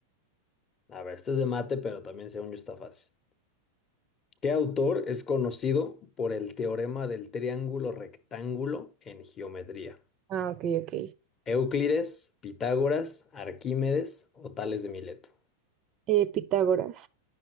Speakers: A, on the left; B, on the right.
A: A ver, este es de mate, pero también según yo está fácil. ¿Qué autor es conocido por el teorema del triángulo rectángulo en geometría?
B: Ah, ok, ok.
A: ¿Euclides, Pitágoras, Arquímedes o Tales de Mileto?
B: Eh, Pitágoras.